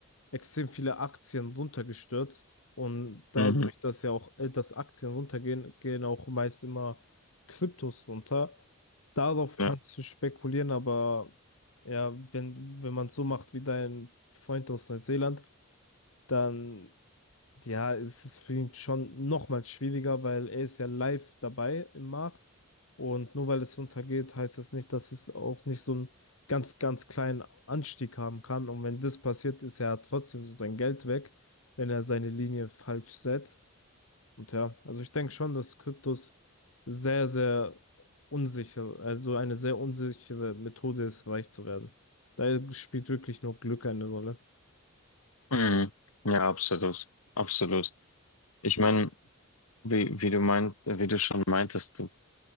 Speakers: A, on the left (about 65°); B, on the left (about 85°).
A: extrem viele Aktien runtergestürzt und dadurch,
B: mhm.
A: dass ja auch äh, dass Aktien runtergehen, gehen auch meist immer Kryptos runter. Darauf
B: Ja,
A: kannst du spekulieren, aber ja, wenn wenn man so macht wie dein Freund aus Neuseeland, dann ja, es ist für ihn schon nochmal schwieriger, weil er ist ja live dabei im Markt. Und nur weil es runtergeht, heißt das nicht, dass es auch nicht so einen ganz, ganz kleinen Anstieg haben kann. Und wenn das passiert, ist er trotzdem so sein Geld weg, wenn er seine Linie falsch setzt. Und ja, also ich denke schon, dass Kryptos sehr, sehr unsicher, also eine sehr unsichere Methode ist, reich zu werden. Da spielt wirklich nur Glück eine Rolle.
B: mhm. Ja, absolut, absolut. Ich meine, wie, wie du meint, wie du schon meintest, du